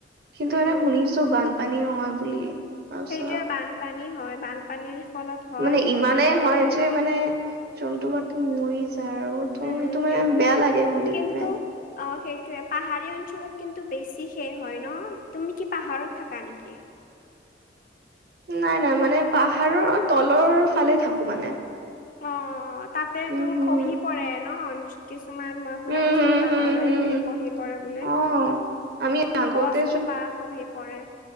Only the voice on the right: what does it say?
কিন্তু
এনে শুনিছো বানপানী নহয় বুলি। তাৰপিছত
মানে
ইমানেই
হয় যে মানে জন্তু পাতি মৰি যায় আৰু। ত'
সেইটো মানে
বেয়া লাগে শুনি
কিনে
নাই- নাই মানে পাহাৰৰ তলৰ ফালে থাকো মানে।
উম হম
উম
হম
হম হম
অ আমি আগতে